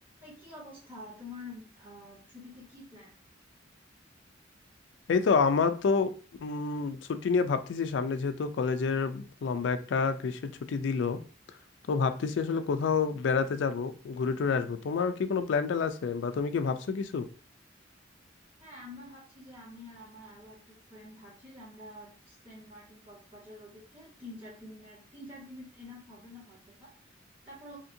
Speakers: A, on the right; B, on the left.
A: এই কি অবস্থা তোমার আহ ছুটিতে কি প্ল্যান
B: এই তো আমার তো উম, ছুটি নিয়ে ভাবতেছি সামনে যেহেতু কলেজের লম্বা একটা গ্রীষ্মের ছুটি দিল তো ভাবতেছি আসলে কোথাও বেড়াতে যাব ঘুরে টুরে আসবো তোমার কি কোনো প্ল্যান ট্যান আছে বা তুমি কি ভাবছো কিছু
A: হ্যাঁ আমরা ভাবছি যে আমি আর আমার আরো একটা ফ্রেন্ড ভাবছি যে আমরা সেন্ট মার্টিন কক্সবাজার ওদিকে তিন চার দিনের তিন চার দিনের এনাফ হবে না হয়তো বা তারপরে